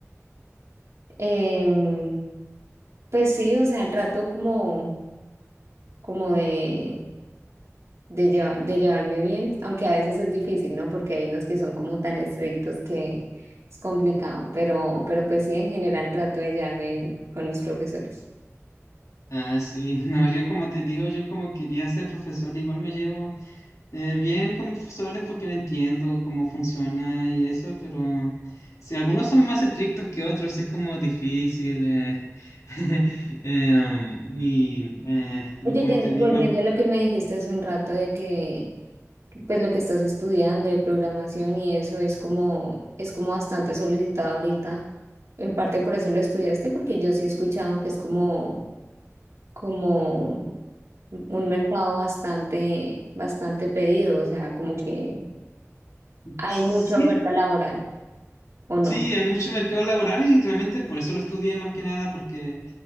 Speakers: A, on the right (about 65°); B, on the left (about 80°).
A: Em, pues sí, o sea, trato como, como de de, lleva- de llevarme bien, aunque a veces es difícil, ¿no? Porque hay unos que son como tan estrictos que es complicado, pero, pero pues sí, en general trato de llevarme bien con mis profesores.
B: Ah, sí, <laughs> no, yo como te digo, yo como quería ser profesor, igual me llevo eh, bien con mis profesores porque lo entiendo cómo funciona y eso, pero si algunos son más estrictos que otros, es como difícil. eh, <laughs> eh, um, y, eh, y
A: Oye,
B: como
A: Jen,
B: te digo,
A: volviendo
B: al-
A: a lo que me dijiste hace un rato de que pues lo que estás estudiando de programación y eso es como, es como bastante solicitado ahorita. En parte por eso lo estudiaste, porque yo sí he escuchado que es como, como un mercado bastante, bastante pedido, o sea, como que hay
B: sí,
A: mucha oferta laboral, ¿o no?
B: Sí, hay mucho mercado laboral y realmente por eso lo estudié más que nada, porque